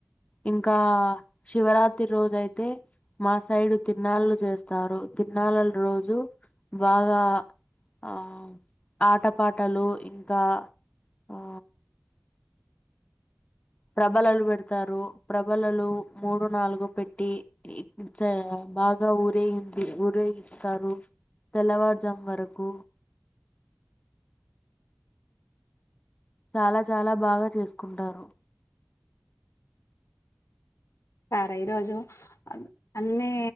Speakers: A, on the left; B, on the left.
A: ఇంకా శివరాత్రి రోజు అయితే మా సైడు తిరాన్నాళ్లు చేస్తారు. తీరన్నాలల రోజు బాగా, ఆ ఆటపాటలు ఇంకా ఆ. ప్రబలాలు పెడ్త్. త్తరు. ప్రబలలు మూడు, నాలుగు పెట్టి చేయా బాగా ఊరేగింది, ఊరేగిస్తారు. తెల్లవారుజం వరకు. చాలా చాలా బాగా చేస్కుంటారు.
B: సరే ఈరోజు, అన్ని